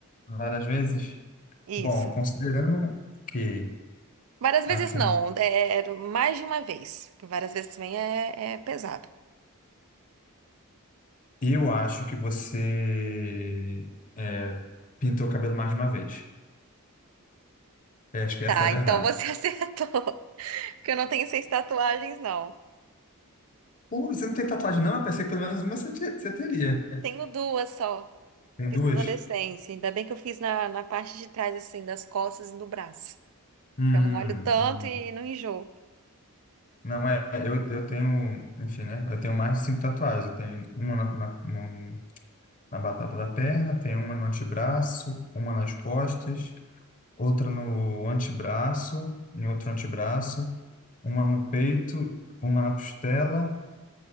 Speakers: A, on the left; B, on the right.
A: Várias vezes?
B: Isso.
A: Bom, considerando que
B: Várias
A: aqui
B: vezes não, é, era mais de uma vez. porque Várias vezes também é, é pesado.
A: Eu acho que você é, pintou o cabelo mais de uma vez. É, acho que
B: Tá,
A: essa é a verdade.
B: então você <laughs> acertou. Porque eu não tenho seis tatuagens, não.
A: Pô, você não tem tatuagem, não? Eu pensei que pelo menos uma você, te- você teria.
B: Tenho duas só.
A: Tem
B: Fiz
A: duas?
B: na adolescência. Ainda bem que eu fiz na, na parte de trás, assim, das costas e do braço.
A: Hum,
B: Que eu não olho tanto
A: hum.
B: e não enjoo.
A: Não é. Eu, eu tenho, enfim, né? Eu tenho mais de cinco tatuagens. Eu tenho uma na, na, no- na batata da perna, tenho uma no antebraço, uma nas costas, outra no antebraço, em outro antebraço, uma no peito, uma na costela.